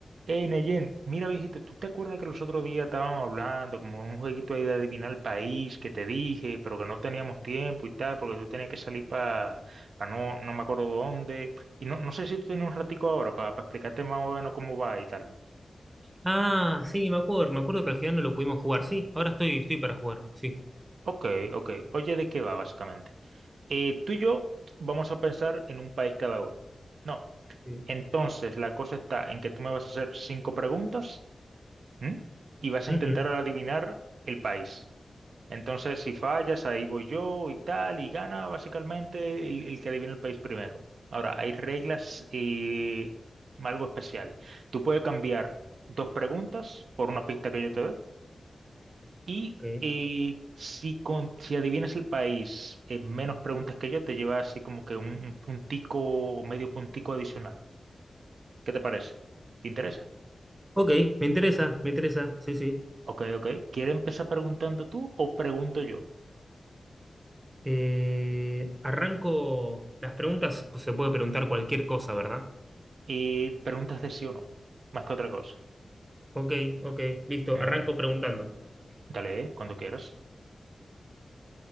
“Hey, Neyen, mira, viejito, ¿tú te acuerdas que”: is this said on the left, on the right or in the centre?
Right